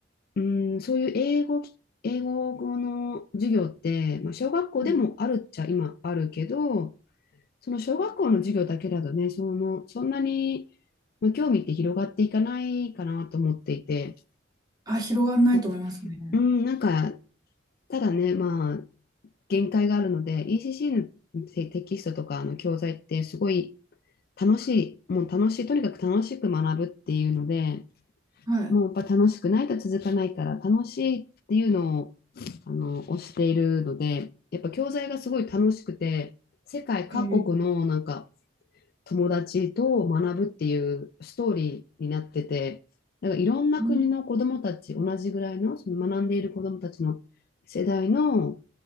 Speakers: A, on the left; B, on the right.
A: うん、そういう英語き、英語の授業って、まあ、小学校でもあるっちゃ今あるけど、
B: うん。
A: その小学校の授業だけだとね、その、そんなに、まあ、興味って広がっていかないかなと思っていて、
B: あ、広がらないと思いますね。
A: まあうん、なんか、ただね、まあ、限界があるので、ECC のテテキストとかの教材ってすごい楽しい、もう楽しい、とにかく楽しく学ぶっていうので、
B: はい。
A: もうやっぱ楽しくないと続かないから、楽しいっていうのを、あの、推しているので、やっぱ教材がすごい楽しくて、世界各国のなんか
B: へ
A: 友達と学ぶっていうストーリーになってて、なんかいろんな国の子どもたち、
B: うん
A: 同じぐらいの、その学んでいる子どもたちの世代の